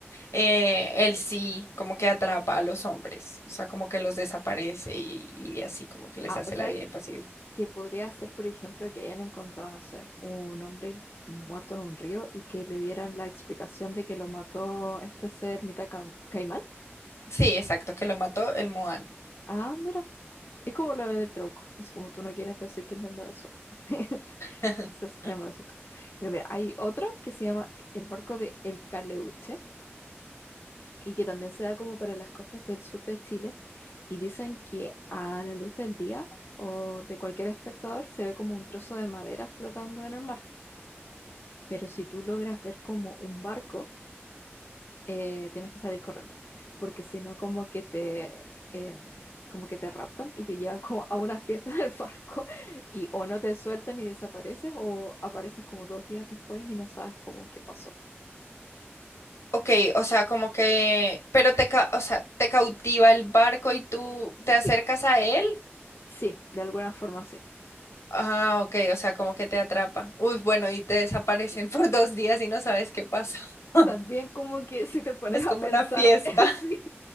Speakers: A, on the left; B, on the left.
A: eh, él sí como que atrapa a los hombres, o sea, como que los desaparece y, y así como que les
B: Ah,
A: hace
B: o sea,
A: la vida
B: que,
A: imposible.
B: que podría ser, por ejemplo, que hayan encontrado, no sé, un hombre muerto en un río y que le dieran la explicación de que lo mató este ser mitad ca- caimán.
A: Sí, exacto, que lo mató el Moan.
B: Ah, mira, es como lo del trauco, así como tú no quieres decir quién te embarazó. <laughs>
A: <laughs>
B: Entonces, te embarazó tú. Mira, mira, hay otro que se llama el barco de El Caleuche y que también se da como para las costas del sur de Chile y dicen que a la luz del día o de cualquier espectador se ve como un trozo de madera flotando en el mar, pero si tú logras ver como un barco, eh, tienes que salir corriendo, porque si no como que te eh, como que te raptan y te llevan <laughs> como a una fiesta en el barco y o no te sueltan y desapareces o apareces como dos días después y no sabes cómo qué pasó.
A: Ok, o sea, como que, pero te, ca- o sea, te cautiva el barco y tú
B: Sí,
A: te acercas a él.
B: sí, de alguna forma sí.
A: Ah, ok, o sea, como que te atrapa. Uy, bueno, y te desaparecen <laughs> por dos días y no sabes qué pasó. <laughs>
B: También como que si te pones
A: Es como
B: a pensar,
A: una fiesta.
B: <laughs> sí,